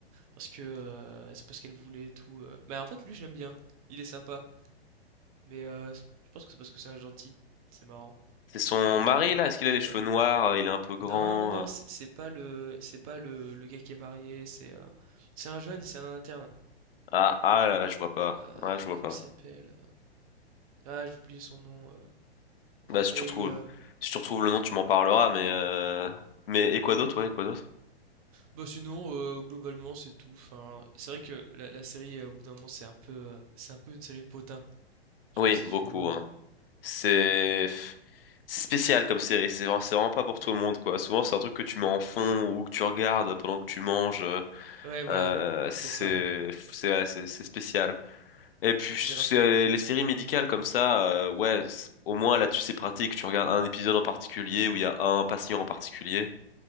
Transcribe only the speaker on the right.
parce que, heu, c'est parce qu'elle voulait et tout, heu, bah, en fait, lui, j'aime bien, il est sympa. Mais euh, c- je pense que c'est parce que c'est un gentil. C'est marrant.
En même
temps, il,
il
galère.
Non, non, non,
c'est c'est pas le, c'est pas le, le gars qui est marié. C'est, euh, c'est un jeune, c'est un interne.
Euh,
comment
il s'appelle? Ah, j'ai oublié son nom. euh.
Et
euh,
bah sinon, euh, globalement, c'est tout. Enfin, c'est vrai que la, la série, euh, au bout d'un moment, c'est un peu, euh, c'est un peu une série de potins. Je
sais pas si
tu vois.
Ouais, voilà,
c'est
ça.
On dirait